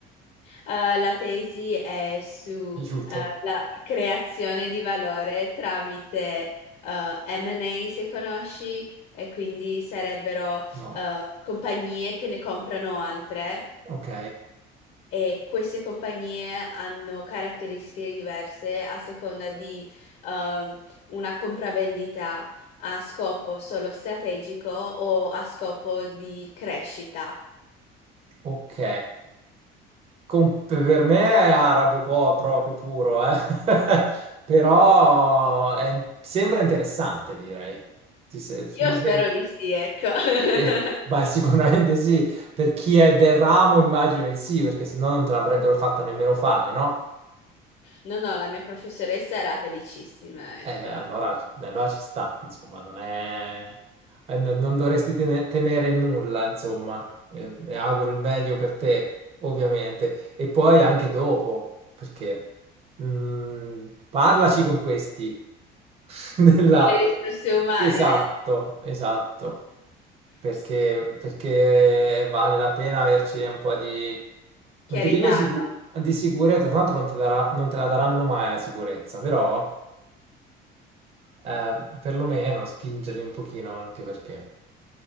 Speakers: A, on the left; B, on the right.
A: Eh, la tesi è su
B: Aiuto.
A: eh, la creazione di valore tramite eh, M&A, se conosci, e quindi sarebbero
B: No.
A: eh, compagnie che ne comprano altre
B: Ok.
A: e queste compagnie hanno caratteristiche diverse a seconda di ehm, una compravendita a scopo solo strategico o a scopo di crescita.
B: Ok. Com- per me è arabo po- proprio puro, eh. <laughs> Però è- sembra interessante, direi. Ti se-
A: Io
B: mi
A: spero
B: sembra
A: di sì, ecco. <laughs>
B: che- Beh, <laughs> sicuramente sì. Per chi è del ramo, immagino di sì, perché se no non te l'avrebbero fatta nemmeno fare, no?
A: No, no, la mia professoressa era felicissima, ecco.
B: Eh, allora,
A: Con
B: allora ci sta, insomma, non è... eh, non non dovresti tene- temere nulla, insomma. Eh, e auguro il meglio per te, ovviamente. E poi anche dopo, perché mm, parlaci con questi. <laughs> Nella-
A: le risorse umane,
B: Esatto, esatto. Perché,
A: s-
B: perché vale la pena averci un po' di... Non
A: chiarità,
B: ti dico sicu-
A: no?
B: di sicurezza, tanto non ti darà- non te la daranno mai la sicurezza, però eh, perlomeno spingerli un pochino anche perché